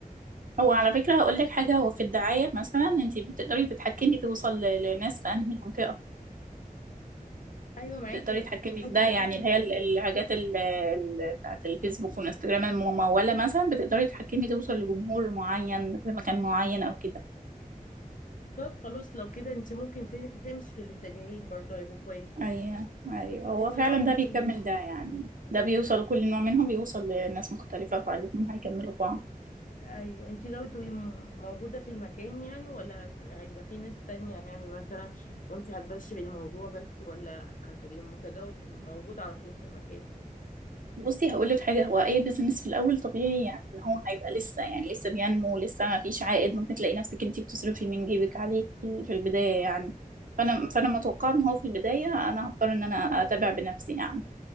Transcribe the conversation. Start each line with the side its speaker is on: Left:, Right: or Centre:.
Right: هو على فكرة هقول لك حاجة هو في الدعاية مثلا انت بتقدري تتحكمي توصل ل- لناس في انهي منطقة
Left: أيوة معاكي
Right: تقدري
Left: بس
Right: تتحكمي
Left: قصدي
Right: في ده يعني
Left: قصدي
Right: اللي
Left: يعني
Right: هي ال- الحاجات ال- ال- بتاعت الفيسبوك والانستجرام الممولة مثلا بتقدري تتحكمي توصل لجمهور معين في مكان معين او كده
Left: طب خلاص لو كده أنت ممكن في... تمشي في الاتجاهين برضه هيبقوا كويسين
Right: ايوه ايوه هو
Left: أنت
Right: فعلا
Left: ناوية
Right: ده بيكمل
Left: تبقي-
Right: ده يعني ده بيوصل كل نوع منهم بيوصل لناس مختلفة فالاتنين هيكملوا بعض
Left: أيوة أنت ناوية تبقي م- موجودة في المكان يعني ولا هت- هيبقى في ناس تانية يعني مثلا وأنت هتمشي بالموضوع بس ولا هتبقي متجاوز موجودة على طول في المكان
Right: بصي هقول لك حاجة هو أي بيزنس في الأول طبيعي يعني إن هو هيبقى لسه يعني لسه بينمو لسه ما فيش عائد ممكن تلاقي نفسك أنتي بتصرفي من جيبك عليه في البداية يعني فأنا فأنا متوقعة إن هو في البداية أنا هضطر إن أنا أتابع بنفسي يعني